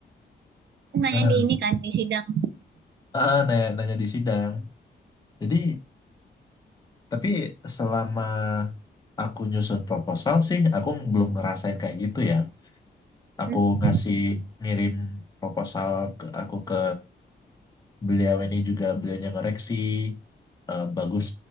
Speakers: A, on the right; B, on the left.
A: nanya
B: nah
A: di ini kan di sidang.
B: eh, eh, nanya, nanya di sidang jadi tapi selama aku nyusun proposal sih, aku belum ngerasain kayak gitu ya. Aku
A: Hmm,
B: ngasih ngirim proposal ke aku ke beliau ini juga beliaunya ngoreksi eh, bagus